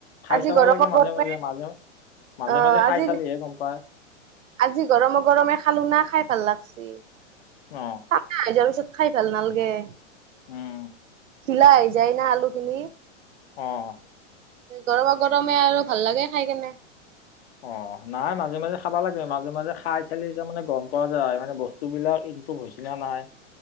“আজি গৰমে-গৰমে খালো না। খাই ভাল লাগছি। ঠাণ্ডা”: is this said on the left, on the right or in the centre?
Right